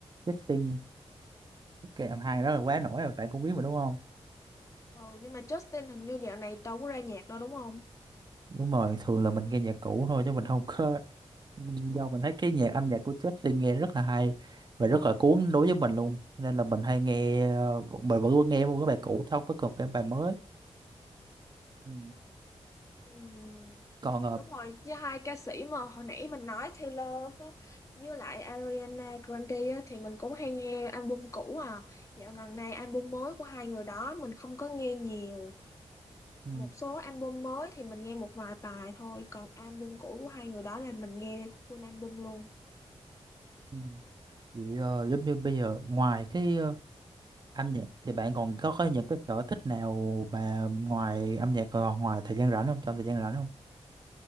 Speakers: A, on the right; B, on the left.
A: Justin cái anh hai đó là quá nổi rồi bạn cũng biết mà đúng không
B: ừ nhưng mà Justin hình như dạo này đâu có ra nhạc đâu đúng không
A: đúng rồi thường là mình nghe nhạc cũ thôi chứ mình không có do mình thấy cái nhạc âm nhạc của Justin nghe rất là hay và rất là cuốn đối với mình luôn nên là mình hay nghe ờ, mình vẫn nghe một cái bài cũ chứ không có cần phải bài mới Ừ.
B: Ừm,
A: còn ờ,
B: đúng rồi với hai ca sĩ mà hồi nãy mình nói Taylor á, với lại Ariana Grande á, thì mình cũng hay nghe album cũ à dạo gần này album mới của hai người đó mình không có nghe nhiều
A: ừ,
B: một số album mới thì mình nghe một vài bài thôi còn album cũ của hai người đó là mình nghe full album luôn
A: ừ. vậy ờ, giống như bây giờ ngoài cái ờ, âm nhạc thì bạn còn có có những cái sở thích nào mà ngoài âm nhạc còn ngoài thời gian rảnh không trong thời gian rảnh không